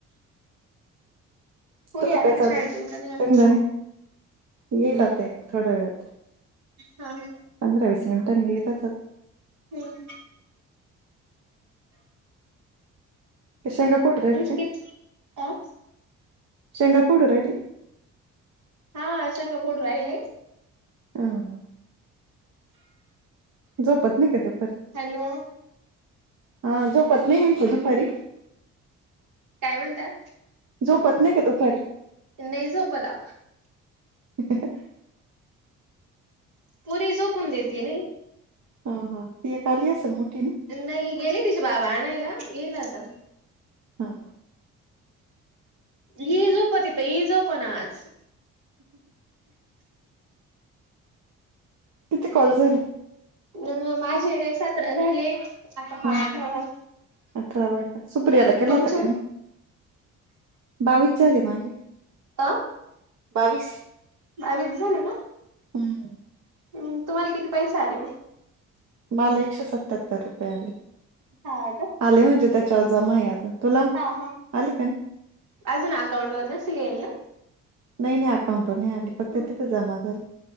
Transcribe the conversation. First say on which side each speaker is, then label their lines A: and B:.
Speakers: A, on the right; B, on the right.
A: पोरी
B: तुझ
A: आल्या
B: काय
A: का
B: चालेल
A: शाळेतून का नाही
B: शंगदाण येईलता थोड्या वेळात
A: ह ह
B: पंधरा वीस मिनिटांनी येईलच आता
A: हम्
B: शेंगापूडरल
A: तुमची
B: का
A: किती अ
B: शेंगापूडूरयली
A: हा अशंंग फोड राहिलय
B: ह हा झोपत नाही का दुपारी
A: हॅलो
B: हा झोपत नाही म्हणत दुपारी
A: काय म्हणता
B: झोपतन नाही का दुपारी
A: नाही झोपत द
B: ह
A: पुरी झोपून देते नाही
B: हा हा ती या काली असेल मोठी ना
A: नाही गेली तिच्या बाबा आणायला येईल आता
B: हा हा
A: ह झोप तिथं ही झोपण आज
B: तिथे कॉल झाले
A: अ माझे सतरा झाले आता हा
B: हम
A: अठरा
B: आत ब सुप्रिला केला
A: तुमचे
B: तकनी बावीस झाले माझे
A: का
B: बावीस
A: आच झा ना का
B: हम्म
A: हम तुम्हाला किती पैसे आले
B: मला एकशे सत्त्याहत्तर रुपये आले
A: हा का
B: आले म्हणजे त्याच्यावर जमा अजून तुला
A: हा हा
B: आले का नाही
A: अजून अकाउंट वर नच लिईल ना
B: नाही नाही अकाउंटवर नाही आली
A: ना
B: फक्त तिथे जमा झाले